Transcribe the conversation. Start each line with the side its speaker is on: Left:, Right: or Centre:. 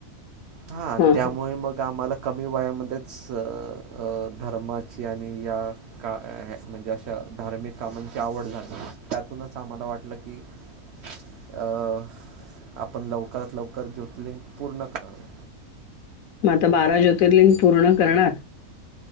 Right: हाआ
Left: हां,
Right: त्यामुळे
Left: हां.
Right: मग आम्हाला कमी वयामध्येच अ धर्माची आणि या का ह म्हणजे अशा धार्मिक कामांची आवड झाली त्यातूनच आम्हाला वाटलं की इ अं आपण लवकरात लवकर ज्योतिर्लिंग पूर्ण करनार
Left: म आता बारा ज्योतिर्लिंग पूर्ण करणार